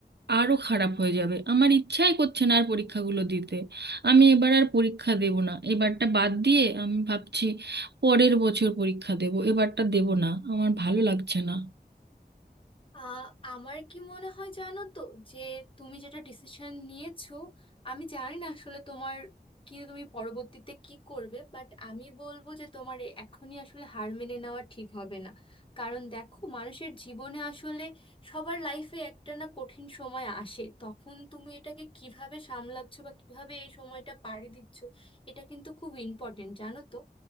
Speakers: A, on the right (about 80°); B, on the left (about 30°).
A: আরো খারাপ হয়ে যাবে আমার ইচ্ছাই করছে না আর পরীক্ষাগুলো দিতে আমি এবার আর পরীক্ষা দেব না এবারটা বাদ দিয়ে আমি ভাবছি পরের বছর পরীক্ষা দেব এবারটা দেব না আমার ভালো লাগছে না
B: আহ, আমার কি মনে হয় জানো তো যে তুমি যেটা ডিসিশন নিয়েছো আমি জানি না আসলে তোমার কি তুমি পরবর্তীতে কি করবে বাট আমি বলবো যে তোমার এ- এখনই আসলে হার মেনে নেওয়া ঠিক হবে না কারণ দেখো মানুষের জীবনে আসলে সবার লাইফে একটা না কঠিন সময় আসে তখন তুমি এটাকে কিভাবে সামলাচ্ছ বা কিভাবে এই সময়টা পাড়ি দিচ্ছ এটা কিন্তু খুব ইম্পর্টেন্ট জানো তো